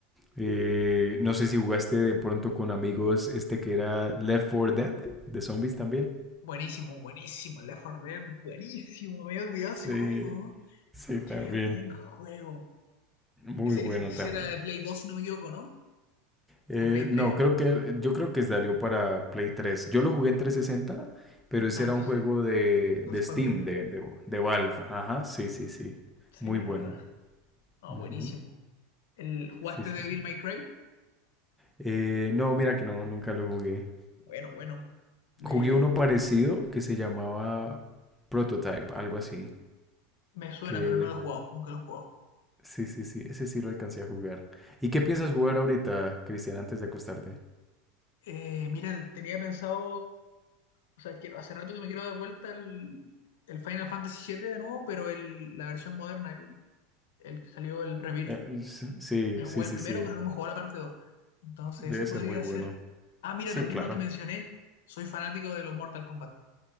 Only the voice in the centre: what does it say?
Eh, no sé si jugaste de pronto con amigos este que era Left 4 Dead, de zombies también.
Sí,
sí, también.
Muy
bueno
también.
Eh,
no,
creo que yo creo que salió para Play 3. Yo lo jugué en trescientos sesenta, pero ese
era
un juego de,
de Steam,
de, de, de Valve. Ajá, sí, sí, sí.
Muy bueno.
Ujú.
Sí, sí,
sí.
Eh, no, mira que no, nunca lo jugué.
Jugué uno parecido que se llamaba Prototype, algo así.
Que
sí, sí, sí, ese sí lo alcancé a jugar. ¿Y qué piensas jugar ahorita, Cristian, antes de acostarte?
Eh, s- sí,
sí, sí,
sí.
Debe
ser muy bueno.
Sí,
claro.